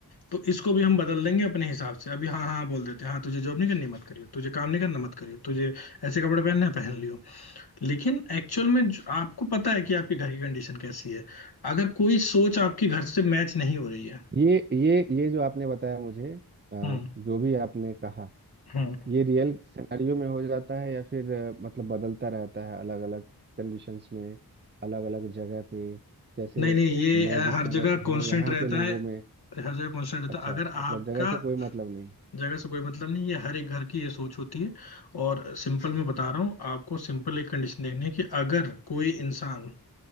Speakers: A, on the left; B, on the right.
A: तो इसको भी हम बदल देंगे अपने हिसाब से अभी हाँ हाँ हाँ बोल देते हैं हाँ तुझे जॉब नहीं करनी मत करियो तुझे काम नहीं करना मत करियो तुझे ऐसे कपड़े पहनने हैं, पहन लियो लेकिन एक्चुअल में जो- आपको पता है कि आपके घर की कंडीशन कैसी है अगर कोई सोच आपके घर से मैच नहीं हो रही है
B: ये ये ये जो आपने बताया मुझे अ,
A: हम्म
B: जो भी आपने कहा
A: हम्म
B: ये रियल सिनेरियो में हो जाता है या फिर अ, मतलब बदलता रहता है अलग अलग कंडीशंस में अलग अलग जगह पे जैसे
A: नहीं नहीं ये
B: मैं
A: अ,
B: जिस
A: हर
B: जगह
A: जगह
B: पे
A: कांस्टेंट
B: हूँ यहाँ
A: रहता
B: के लोगों
A: है
B: में
A: हर जगह कांस्टेंट रहता
B: अच्छा
A: है अगर
B: मतलब
A: आपका
B: जगह से कोई मतलब नहीं
A: जगह से कोई मतलब नहीं ये हर एक घर की ये सोच होती है और सिंपल मैं बता रहा हूँ आपको सिंपल एक कंडीशन देखनी है कि अगर कोई इंसान